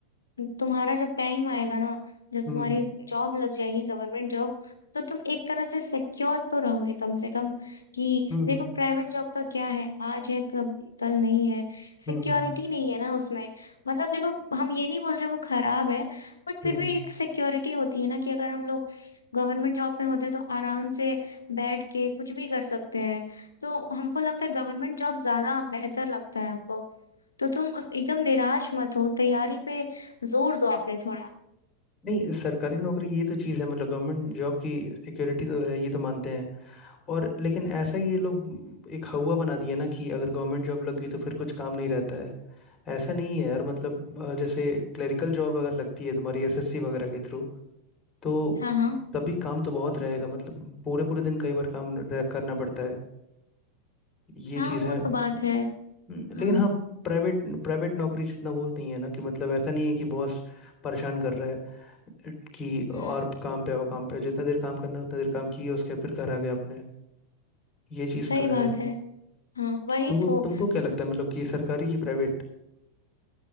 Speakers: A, on the left; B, on the left.
A: तुम्हारा जब टाइम आएगा ना जब
B: हम्म
A: तुम्हारी जॉब लग जाएगी गवर्नमेंट जॉब तो तुम एक तरह से सिक्योर तो रहोगे कम से कम कि
B: हम्म हम्म
A: देखो प्राइवेट जॉब का क्या है आज है कब कल नहीं है
B: हम्म
A: सिक्योरिटी
B: हम्म।
A: नहीं है ना उसमें मतलब देखो हम ये नहीं बोल रहे वो खराब है बट फिर
B: हम्म, हम्म।
A: भी एक सिक्योरिटी होती है ना कि अगर हम लोग गवर्नमेंट जॉब में होते हैं तो आराम से बैठ के कुछ भी कर सकते हैं तो हमको लगता है गवर्नमेंट जॉब ज्यादा बेहतर लगता है हमको तो तुम उस एकदम निराश मत हो तैयारी पे जोर दो आपने थोड़ा
B: नहीं सरकारी नौकरी ये तो चीज़ है मतलब गवर्नमेंट जॉब की सिक्योरिटी तो है ये तो मानते हैं और लेकिन ऐसा ही ये लोग एक हवा बना दिया ना कि अगर गवर्नमेंट जॉब लग गई तो फिर कुछ काम नहीं रहता है ऐसा नहीं है यार मतलब अ, जैसे क्लरिकल जॉब अगर लगती है तुम्हारी एसएससी वगैरह के थ्रू तो
A: हाँ हाँ
B: तभी काम तो बहुत रहेगा मतलब पूरे पूरे दिन कई बार काम रह- करना पड़ता है ये
A: हाँ
B: चीज़
A: वो
B: है हम्म,
A: तो बात है हाँ
B: लेकिन हाँ प्राइवेट प्राइवेट नौकरी जितना वो नहीं है ना कि मतलब ऐसा नहीं है कि बॉस परेशान कर रहा है कि
A: हम्म
B: और काम पे आओ काम पे आओ जितना देर काम करना है उतना देर काम किए उसके बाद फिर घर आ गए अपने ये चीज़
A: सही
B: तो है
A: बात है हाँ वही
B: तुमको
A: तो
B: तुमको क्या लगता है मतलब कि सरकारी की प्राइवेट